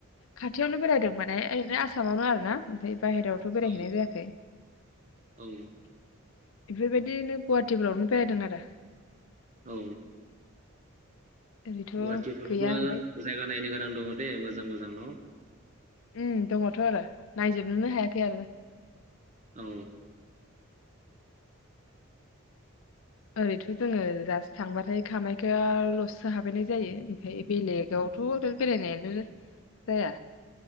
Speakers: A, on the left; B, on the right.
A: खाथियावनो बेरायदों माने ओरैनो आसामावनो आरोना ओमफ्राय बाहेरावथ' बेरायहैनाय
B: औ
A: जायाखै।
B: औ
A: <inaudible> बेफोरबायदिनो गुवाहाटिफोरावनो बेरायदों आरो।
B: औ।
A: ओरैथ'
B: गुवाहाटि फोरावबो
A: गैया ओमफ्राय
B: जायगा नायनो गोनां दंङ दे मोजां मोजां न?
A: उम दंङ थ' आरो। नायजोबनोनो हायाखै आरो। <inaudible>
B: औ
A: ओरैथ' जोंङो जास्त थांबाथाय कामाख्या लसो हाबायनाय जायो ओमफ्राय बेलेग आवथ' बेरायनायानो जाया।